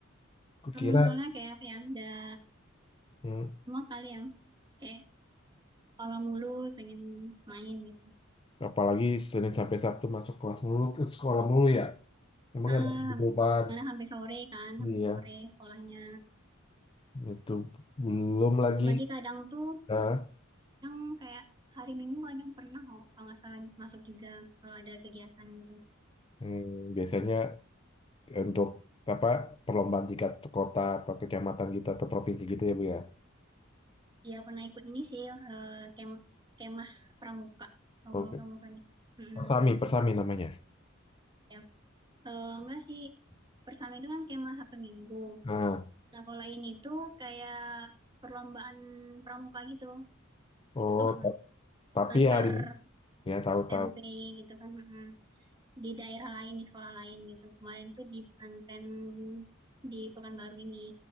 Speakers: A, on the left; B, on the right.
A: Kukira
B: Hmm, soalnya kayak apa ya? Udah
A: hmm,
B: semua kali ya. Kayak kalau mulu pengen main gitu.
A: apalagi Senin sampai Sabtu masuk kelas mulu ke sekolah mulu ya. Emang
B: Ah,
A: ada kehidupan.
B: karena sampai sore kan,
A: Iya,
B: sampai sore sekolahnya.
A: itu belum lagi.
B: Belum lagi kadang tuh,
A: Nah,
B: yang kayak hari Minggu kadang pernah kok, kalau nggak salah masuk juga kalau ada kegiatan gitu.
A: hmm, biasanya untuk apa perlombaan tingkat kota atau kecamatan gitu atau provinsi gitu ya Bu ya.
B: Iya pernah ikut ini sih, eh, kem- kemah pramuka, lomba
A: Oke.
B: pramuka gitu. Mm-mm.
A: Persami, persami namanya.
B: Ya, eh, enggak sih, bersama itu kan kemah Sabtu Minggu.
A: Nah,
B: Nah kalau ini tuh kayak perlombaan pramuka gitu,
A: oh
B: tau nggak mas?
A: Tapi
B: Antar
A: ya, di-
B: SMP
A: ya tahu-tahu.
B: gitu kan. mm-mm. di daerah lain di sekolah lain gitu kemarin tuh di pesantren di Pekanbaru ini